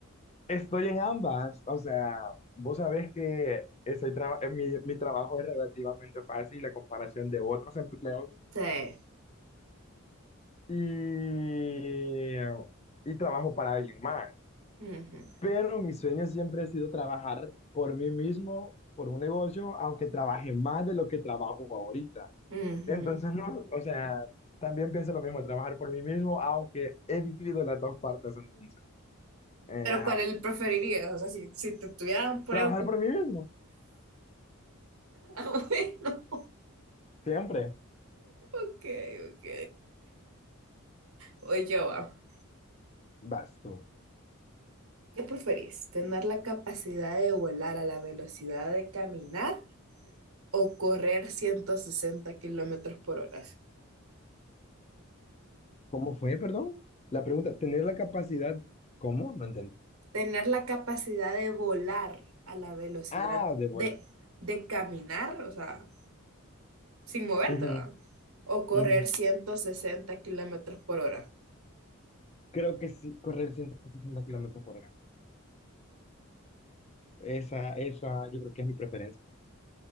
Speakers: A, on the left; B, on the right.
A: estoy en ambas. O sea, vos sabés que estoy traba- eh, mi, mi trabajo es relativamente fácil a comparación de otros empleos
B: Sí.
A: y, y trabajo para alguien más.
B: Ujú,
A: Pero mi sueño siempre ha sido trabajar por mí mismo, por un negocio, aunque trabaje más de lo que trabajo ahorita.
B: ujú.
A: Entonces, no, o sea, también pienso lo mismo, trabajar por mí mismo, aunque he vivido las dos partes entonces. Eh,
B: Pero
A: ajá.
B: ¿cuál el preferirías? O sea, si, si te estuvieran poniendo...
A: Trabajar
B: <laughs>
A: por mí mismo,
B: Ah, bueno,
A: siempre.
B: ok, ok. Oye, va.
A: Vas tú.
B: ¿Qué preferís? ¿Tener la capacidad de volar a la velocidad de caminar o correr 160 kilómetros por hora?
A: ¿Cómo fue, perdón? La pregunta, tener la capacidad, ¿cómo? No entiendo.
B: Tener la capacidad de volar a la velocidad
A: Ah, de bola.
B: de, de caminar, o sea, sin moverte,
A: Ujú,
B: ¿va? O correr
A: ujú.
B: 160 kilómetros por hora.
A: Creo que sí, correr 160 kilómetros por hora. Esa, esa, yo creo que es mi preferencia.